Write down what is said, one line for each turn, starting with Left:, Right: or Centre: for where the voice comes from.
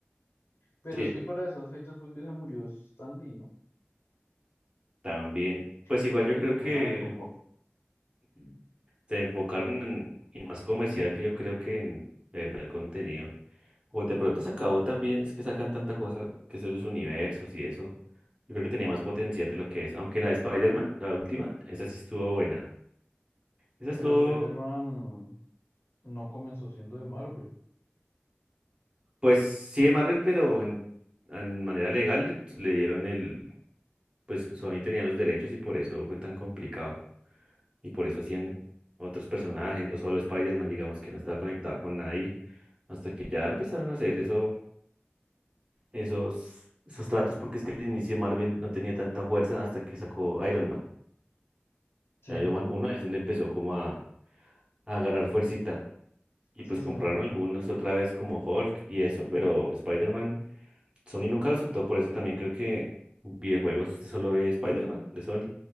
Left: Pero
Right: sí,
Left: es que para esas fechas fue que se murió Stan Lee, ¿no?
Right: también, pues igual
Left: Yo creo
Right: yo
Left: que
Right: creo
Left: perdieron
Right: que
Left: el rumbo. Mm.
Right: se enfocaron en, en más comercial que yo creo que en de verdad el contenido. O de pronto se acabó también, es que sacan tanta cosa, que son los universos y eso. Yo creo que tenía más potencial de lo que es. Aunque la de Spider-Man, la última, esa sí estuvo buena. Esa estuvo,
Left: Pero Spider-Man no comenzó siendo de Marvel.
Right: pues sí de Marvel, pero en, en manera legal le dieron el, pues Sony tenía los derechos y por eso fue tan complicado. Y por eso hacían otros personajes, o solo Spider-Man, digamos que no estaba conectado con nadie. Hasta que ya empezaron a hacer eso esos, esos tratos porque es que al inicio Marvel no tenía tanta fuerza hasta que sacó Iron Man.
Left: Sí,
Right: Iron Man 1 es donde empezó como a, a agarrar fuercita. Y
Left: sí,
Right: pues
Left: sí,
Right: compraron
Left: me acuerdo.
Right: algunos otra vez como Hulk y eso, pero Spider-Man, Sony nunca lo soltó, por eso también creo que videojuegos este solo ve Spider-Man de Sony,